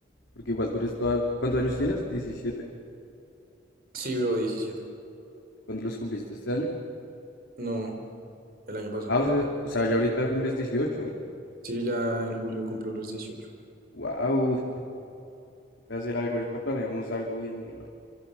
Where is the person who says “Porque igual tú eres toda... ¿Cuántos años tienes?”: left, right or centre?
Left